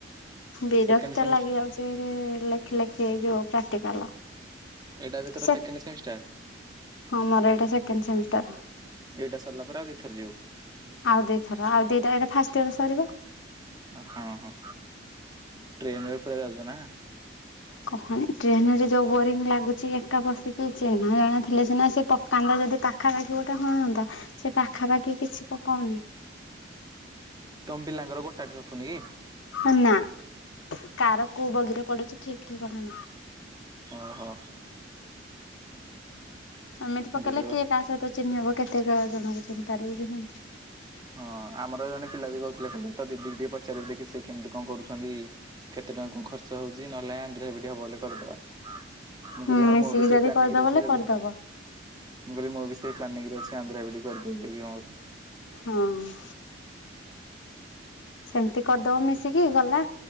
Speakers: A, on the left (about 80°); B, on the right (about 20°).
A: ବିରକ୍ତିଆ
B: ସେକେଣ୍ଡ ସେମିଷ୍ଟାର
A: ଲାଗି ଯାଉଛି। ଫେରେ ଲେଖ ଲେଖି ଏଇ ଯୋଉ ପ୍ରାକ୍ଟିକାଲ।
B: ଏଇଟା ବି ତୋର
A: ସେ
B: ସେକେଣ୍ଡ ସେମିଷ୍ଟାର।
A: ହଁ ମୋର ଏଇଟା ସେକେଣ୍ଡ ସେମିଷ୍ଟାର।
B: ଏଇଟା ସରିଲା ପରେ ଆଉ ଦି ଥର ଯିବୁ?
A: ଆଉ ଦି ଥର ଆଉ ଦିଟା ଏଇଟା ଫାଷ୍ଟ ଇୟର ସରିବ।
B: ହଁ ହଁ ଟ୍ରେନରେ ଫେରେ ଯାଉଛ ନା?
A: କହନି ଟ୍ରେନ ରେ ଯୋଉ ବୋରିଂ ଲାଗୁଛି ଏକା ବସିଛି ଚିହ୍ନା ଜଣା ଥିଲେ ସିହନା ସେ ପକାନ୍ଦ ଯଦି ପା ପାଖାପାଖି ଗୋଟେ ହୁଅନ୍ତା ସେ ପାଖାପାଖି କିଛି କହୁନି।
B: ତମ ପିଲାଙ୍କର ଗୋଟା ଟି ରଖନ୍ତି ନି କି।
A: ହ ନା କାର କୋଉ ବଗିରେ ପଡୁଛି ଠିକ ଠିକଣା ନାହିଁ
B: ଓହୋ
A: ଏମିତି ପକେଇଲେ
B: ଦୂରରେ ବସିଥା
A: କିଏ କାହା ସହିତ ଚିହ୍ନି ହବ କେତେକ ଜଣଙ୍କୁ ଚିହ୍ନି ପାରିବ କି ସେମିତି
B: ହଁ ଆମର ଜଣେ ପିଲା ବି କହୁଥିଲେ ଖାଲି ତ ଦିଦି ଟିକେ ପଚାରିବେ ଦେଖି ସେ କେମିତି କଣ କରୁଛନ୍ତି। କେତେ ଟଙ୍କା କଣ ଖର୍ଚ୍ଚ ହଉଛି ନହେଲେ ଆନ୍ଧ୍ରା ବିିଇଡି ହବ ବୋଲି କରିଦବା। ମୁଁ
A: ହୁଁ
B: କହିଲି ହଁ
A: ମିଶିକି
B: ମୁଁ ବି ସେଇ
A: ଯଦି
B: ପ୍ଲାନରେ
A: କରିଦବ
B: ଅଛି
A: ବୋଲେ
B: ଯଦି
A: କରିଦବ
B: ମୁଁ କହିଲି ମୁଁ ବି ସେଇ ପ୍ଲାନିଙ୍ଗ ରେ ଅଛି ଆନ୍ଧ୍ରା ବିଇଡି କରିଦେବି ବୋଲି
A: ହୁଁ ସେମିତି କରିଦବ ମିଶିକି ଗଲା